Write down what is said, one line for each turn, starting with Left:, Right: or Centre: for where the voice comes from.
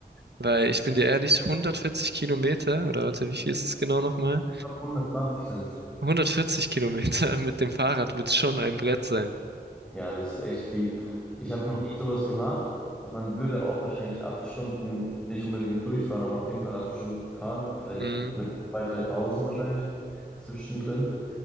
Right: weil ich bin dir ehrlich, 140 Kilometer, oder warte, wie viel ist es genau nochmal?
Centre: Ich glaube, hundertzwanzig sind es.
Right: 140 Kilometer <laughs> mit dem Fahrrad wird schon ein Brett sein.
Centre: Ja, das ist echt viel. Ich habe noch nie sowas gemacht. Man würde auch wahrscheinlich acht Stunden nicht unbedingt durchfahren, aber auf jeden Fall acht Stunden fahren. Vielleicht
Right: Mhm.
Centre: mit zwei, drei Pausen wahrscheinlich zwischendrin.